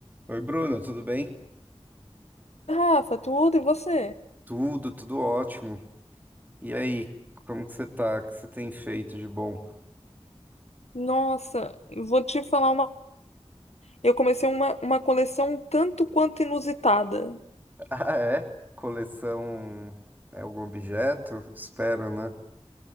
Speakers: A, on the right (about 15°); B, on the left (about 85°).
A: Oi, Bruno, tudo bem?
B: Rafa, tudo e você?
A: Tudo, tudo ótimo. E aí, como que você tá? O que você tem feito de bom?
B: Nossa, eu vou te falar uma. Eu comecei uma, uma coleção tanto quanto inusitada.
A: <laughs> Ah, é? Coleção é algum objeto? Espero, né?